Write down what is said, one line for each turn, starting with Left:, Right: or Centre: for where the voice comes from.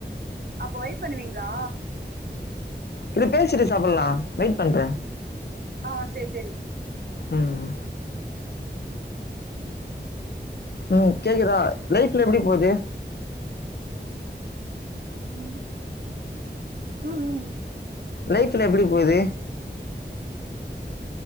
Right: அப்ப ஒயிட் பண்ணுவீங்ளா
Left: இல்ல பேசிட்டு சாப்பல்லா வெயிட் பண்ற
Right: ஆ சேரி சேரி
Left: ம் உம் கேக்குதா லைஃப்ல எப்டி போது
Right: உம் உம் உம்
Left: லைஃப்ல எப்டி போது